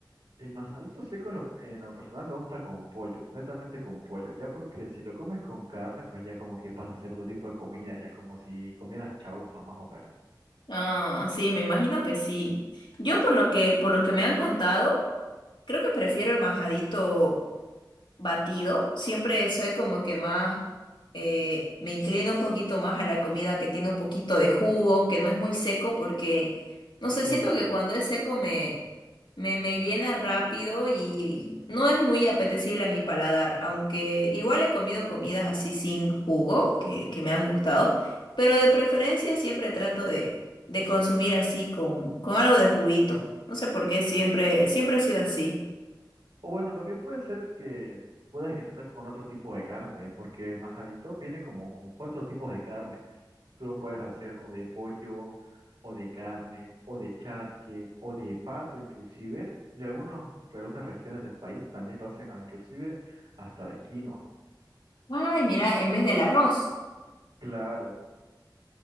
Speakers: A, on the right; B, on the left.
A: el majadito seco en lo, en lo personal me gusta con pollo, netamente con pollo, ya porque si lo comes con carne, pues ya como que pasa a ser otro tipo de comida, ya como si comieras chaufa más o menos.
B: Ah, sí, me imagino que sí. Yo por lo que, por lo que me han contado, creo que prefiero el majadito batido. Siempre soy como que más, eh, me inclino un poquito más a la comida que tiene un poquito de jugo, que no es muy seco, porque, no sé,
A: Sí,
B: siento
A: sí,
B: que
A: sí.
B: cuando es seco me, me, me llena rápido y no es muy apetecible a mi paladar, aunque igual he comido comidas así sin jugo, que, que me han gustado, pero de preferencia siempre trato de, de consumir así con, con algo de juguito. No sé por qué siempre,
A: Sí,
B: siempre ha sido así.
A: O bueno, también puede ser que puedas intentar con otro tipo de carne también, porque majadito viene como con cuatro tipos de carne. Tú lo puedes hacer o de pollo, o de carne, o de charque, o de pato inclusive. Y algunos, algunas regiones del país también lo hacen ah, inclusive hasta de quinoa.
B: Ay, mira, en vez del arroz.
A: Claro.